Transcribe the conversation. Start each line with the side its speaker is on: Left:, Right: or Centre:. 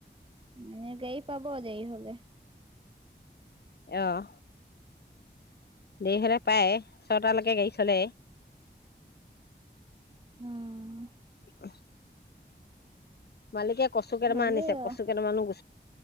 Right: এনে গাড়ী পাব দেৰি হলে
Left: অঁহ দেৰি হ'লে পায় ছটালৈকে গাড়ী খালে
Right: উম
Left: উমহ মালিকে <inaudible> কচু কেইটামান
Right: ভালেই
Left: আনিছে
Right: আৰু।
Left: কচু কেইটামানো <inaudible>